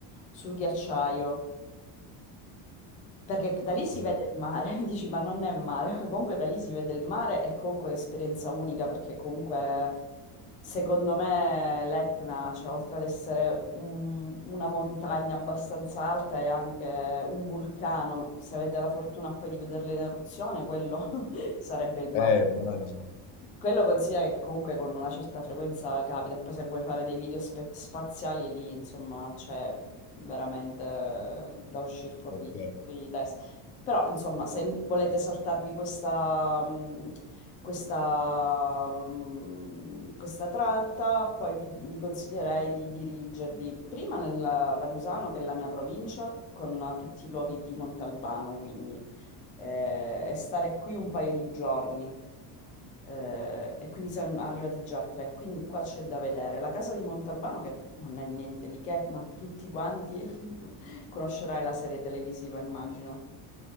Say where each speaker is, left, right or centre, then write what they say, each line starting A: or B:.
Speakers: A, on the left; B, on the left.
A: sul ghiacciaio. Perché da lì si
B: Mm.
A: vede il mare, <laughs> dici, ma non è mare, <laughs> comunque da lì si vede il mare è comunque un'esperienza unica perché comunque secondo me l'Etna, cioè oltre ad essere un- una montagna abbastanza alta è anche un vulcano, se avete la fortuna poi di vederlo in eruzione, quello <laughs> sarebbe il massimo.
B: Eh, immagino.
A: Quello considera che comunque con una certa frequenza capita, poi se vuoi fare dei video spe- spaziali lì, insomma, c'è veramente eh, da uscire fuori,
B: Ok,
A: fuori di testa. Però, insomma, se volete saltarvi questa, mh, questa, mh, questa tratta, poi vi, vi consiglierei di dirigervi prima nel Ragusano, che è la mia provincia, con eh, tutti i luoghi di Montalbano, quindi, eh, e stare qui un paio di giorni. Eh, e quindi sono arrivati già a tre, quindi qua c'è da vedere. La casa di Montalbano, che non è niente di che, ma tutti quanti <laughs> conoscerai la serie televisiva, immagino.